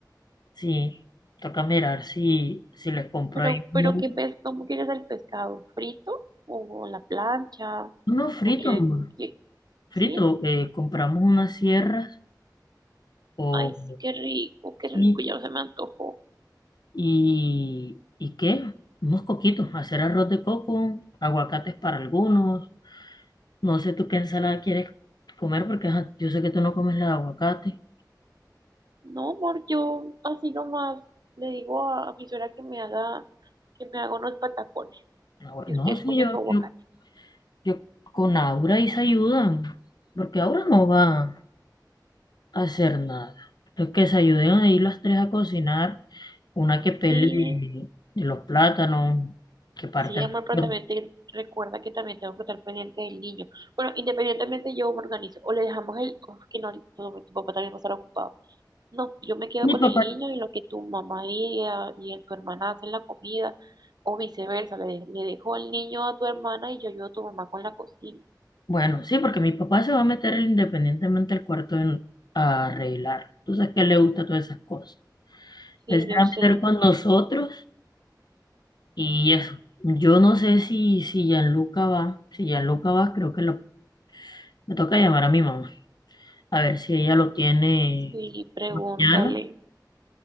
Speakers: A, on the left (about 65°); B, on the right (about 65°).
A: sí, toca mirar si, si les compro
B: Pero,
A: ahí
B: pero
A: uno,
B: qué pes, ¿cómo quieres el pescado? ¿Frito? ¿O a la plancha?
A: uno frito,
B: ¿O quieres
A: amor.
B: que,
A: Frito,
B: sí?
A: eh, compramos unas sierras o
B: Ay, sí, qué rico, qué
A: sí,
B: rico, ya se me antojó.
A: y, ¿y qué? Unos coquitos, hacer arroz de coco, aguacates para algunos No sé tú qué ensalada quieres comer porque ajá, yo sé que tú no comes la de aguacate.
B: No, amor, yo así nomás le digo a, a mi suegra que me haga, que me haga unos patacones.
A: Ahora-
B: Y
A: No,
B: ustedes
A: sí,
B: comen
A: yo,
B: su aguacate.
A: yo, yo con Aura y se ayudan, porque Aura no va a hacer nada. Entonces que se ayuden ahí las tres a cocinar, una que pele
B: Sí,
A: los plátanos, que parte.
B: Sí, amor, pero
A: Bueno,
B: también te- recuerda que también tengo que estar pendiente del niño. Bueno, independientemente yo me organizo. O le dejamos el, o es que no, tu, tu papá también va a estar ocupado. No, yo me quedo
A: mi
B: con
A: papá,
B: el niño y lo que tu mamá y, a- y tu hermana hacen la comida, o viceversa, le, de- le dejo al niño a tu hermana y yo ayudo a tu mamá con la cocina.
A: bueno, sí, porque mi papá se va a meter él independientemente al cuarto en- a arreglar. Entonces, que le gusta todas esas cosas.
B: Sí,
A: Él se
B: yo
A: va
B: sé.
A: a meter con nosotros Y eso, yo no sé si, si Gianluca va, si Gianluca va, creo que lo, me toca llamar a mi mamá, a ver si ella lo tiene
B: Sí, pregúntale
A: mañana.